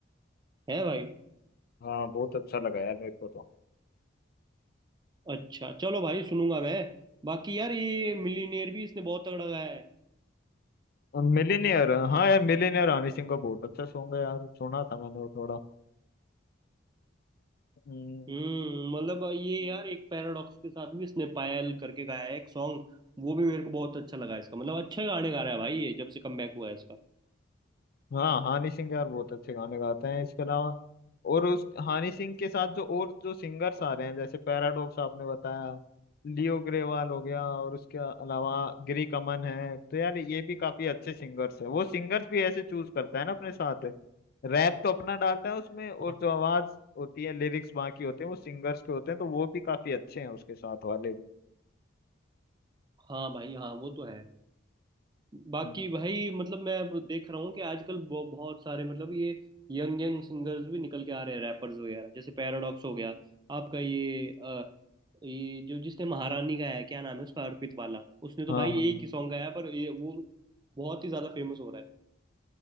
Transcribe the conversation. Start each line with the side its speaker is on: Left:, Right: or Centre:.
Right: है है भाई
Left: हाँ बहुत अच्छा लगा यार मेरे को तो
Right: अच्छा चलो भाई सुनूंगा मैं बाकी यार ये मिलीनियर भी इसने बहुत तगड़ा गाया है
Left: मिलीनियर हाँ यार मिलीनियर हनी सिंह का बहुत अच्छा सॉन्ग है यार सुना था मैंने वो थोड़ा हम्म।
Right: हम्म मतलब ये यार एक पैराडॉक्स के साथ भी इसने पायल करके गाया है एक सॉन्ग वो भी मेरे को बहुत अच्छा लगा इसका मतलब अच्छे गाने गा रहा है भाई ये जब से कमबैक हुआ है इसका
Left: हाँ हानि सिंह यार बहुत अच्छे गाने गाते हैं इसके अलावा और उस हानि सिंह के साथ जो और जो सिंगर्स आ रहे हैं जैसे पैराडॉक्स आपने बताया लियो ग्रेवाल हो गया और उसके अलावा गिरी कमन है तो यार ये भी काफी अच्छे सिंगर्स हैं वो सिंगर्स भी ऐसे चूज करता है ना अपने साथ रैप तो अपना डालता है उसमें और
Right: हाँ
Left: जो आवाज होती है लिरिक्स बाकी होते हैं वो सिंगर्स के होते हैं तो वो भी काफी अच्छे हैं उसके साथ वाले भी
Right: हाँ भाई हाँ वो तो है बाकी
Left: हम्म
Right: भाई मतलब मैं अब देख रहा हूँ कि आजकल ब- बहुत सारे मतलब ये यंग यंग सिंगर्स भी निकल के आ रहे हैं रैपर्स वगैरह जैसे पैराडॉक्स हो गया आपका ये अ, ये जो जिसने महारानी गाया है क्या नाम है उसका अर्पित वाला उसने तो
Left: हाँ
Right: भाई
Left: हाँ
Right: एक ही सॉन्ग गाया पर ये वो बहुत ही ज्यादा फेमस हो रहा है